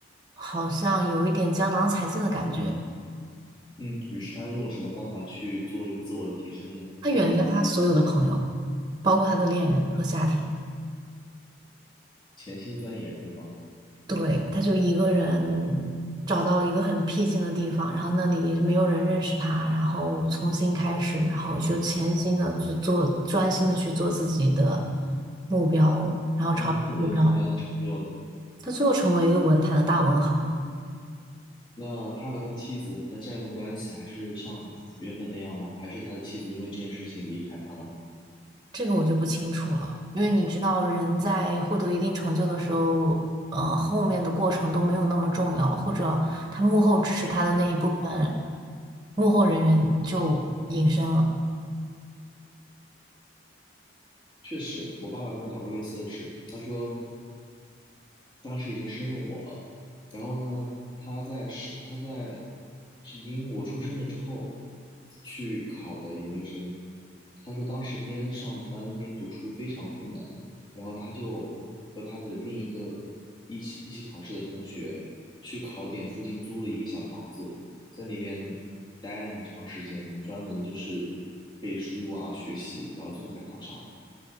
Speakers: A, on the right (about 20°); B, on the left (about 25°).
A: 好像有一点江郎才尽的感觉。
B: 嗯，于是他用了什么方法去做一个自我的提升呢？
A: 他远离了他所有的朋友。
B: 或者突破自我
A: 包括他的恋人和家庭。
B: 潜心钻研，对吗？
A: 对，他就一个人找到了一个很僻静的地方，然后那里没有人认识他，然后重新开始，然后就潜心的去做，专心的去做自己的目标，
B: 然后他获得了什么样的成就呢？
A: 目标。他最后成为一个文坛的大文豪嘛，
B: 那他和他妻子和他家人的关系还是像原本那样吗？还是他的妻子因为这件事情离开他了？
A: 这个我就不清楚了，因为你知道，人在获得一定成就的时候，呃，后面的过程都没有那么重要了，或者他幕后支持他的那一部分幕后人员就隐身了。
B: 确实，我爸爸跟我讲过类似的事，他说。当时已经生了我了，然后呢，他在生他在已经我出生了之后去考的研究生，他说当时边上班边读书非常困难，然后他就和他的另一个一起一起考试的同学去考点附近租了一个小房子，在那边待了很长时间，专门就是背书啊学习，然后最后才考上。